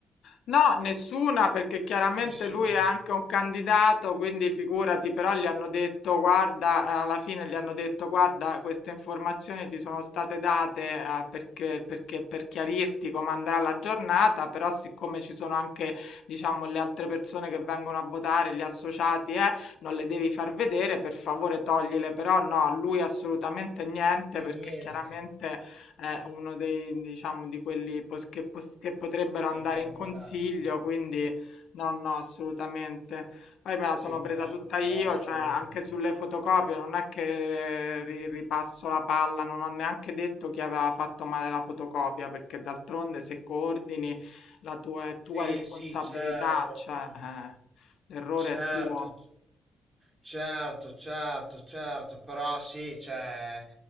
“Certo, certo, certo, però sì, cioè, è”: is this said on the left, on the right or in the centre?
Right